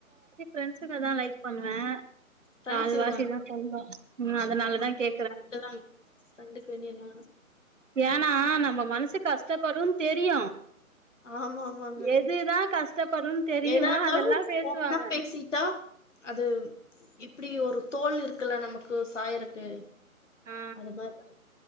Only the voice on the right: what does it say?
ப்ரெண்ட்சுங்க தா லைக் பண்ணுவே
கால்வாசிதா சொந்தோ ம் அதனாலதா கே
ஏனா நம்ம மனசு கஷ்டப்படும்னு தெரியு
எதுதா கஷ்டப்படுன் தெரியுமோ
அதெல்லா பேசுவாங்க
ஆ